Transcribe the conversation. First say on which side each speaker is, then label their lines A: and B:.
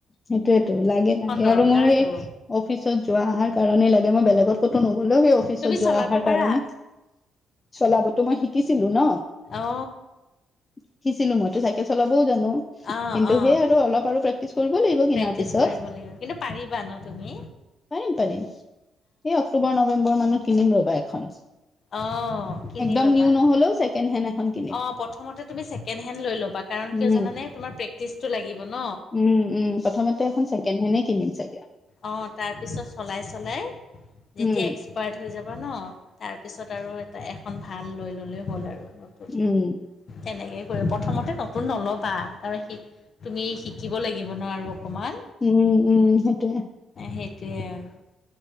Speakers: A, on the left; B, on the left.
A: সেইটোয়েতো লাগে লাগে
B: দৰকাৰতো
A: আৰু মোৰ সেই অফিচত যোৱা অহাৰ কাৰণেই লাগে। মই বেলেগত ক'তো নগ'লো সেই অফিচত
B: তুমি চলাব
A: যোৱা অহাৰ
B: পাৰা
A: কাৰণে। চলাবতো মই শিকিছিলো ন
B: অ
A: শিকিছিলো মই। চাইকেল চলাবও জানো
B: অ
A: কিন্তু
B: অ
A: সেই আৰু অলপ। প্ৰেক্টিছ কৰিব লাগিব কিনাৰ
B: প্ৰেক্টিচ
A: পিছত,
B: কৰিব লাগিব কিন্তু পাৰিবা ন তুমি
A: পাৰিম পাৰিম। এই অক্টোবৰ নৱেম্বৰ মানত কিনিম ৰবা এখন।
B: অ কিনি
A: একদম
B: ল'বা
A: নিউ নহলেও ছেকেণ্ড হেণ্ড এখন কিনিম।
B: অ প্ৰথমতে তুমি ছেকেণ্ড হেণ্ড লৈ ল'বা কাৰণ
A: উম,
B: কিয় জানে তোমাৰ প্ৰেক্টিচটো লাগিব ন।
A: উম উম প্ৰথমতে এখন ছেকেণ্ড হেণ্ডে কিনিম চাগে।
B: অঁ তাৰপিছত চলাই চলাই যেতিয়া
A: উম,
B: এক্সপায়াৰ্ড হৈ যাবা ন। এ এখন ভাল লৈ ল'লে হ'ল আৰু নতুন
A: উম,
B: তেনেকেই। প্ৰথমতে নতুন নল'বা তাৰ স তুমি শিকিব লাগিব ন আৰু। অকণমান
A: উম উম সেইটোৱে।
B: সেইটোৱে আৰু